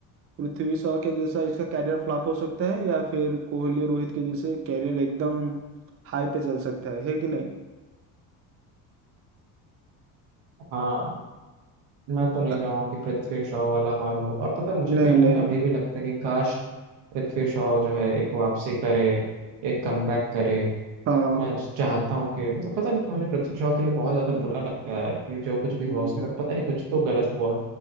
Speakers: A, on the right; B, on the right.
A: पृथ्वी शॉ के जैसा इसका कैरियर फ्लॉप हो सकता है या फिर कोहली रोहित के जैसे कैरियर एकदम हाई पे चल सकता है है कि नहीं
B: हाँ मैं तो नहीं
A: अ,
B: चाहूंगा कि पृथ्वी शॉ वाला हाल हो और पता है मुझे
A: नहीं
B: कहीं ना
A: नहीं
B: कहीं अभी भी लगता है कि काश पृथ्वी शॉ जो है एक वापसी करे एक कमबैक करे
A: हाँ
B: मैं चाहता हूँ कि मतलब पता नहीं क्यों मुझे पृथ्वी शॉ के लिए बहुत ज्यादा बुरा लगता है कि जो कुछ भी हुआ
A: हम्म।
B: उसके साथ पता नहीं कुछ तो गलत हुआ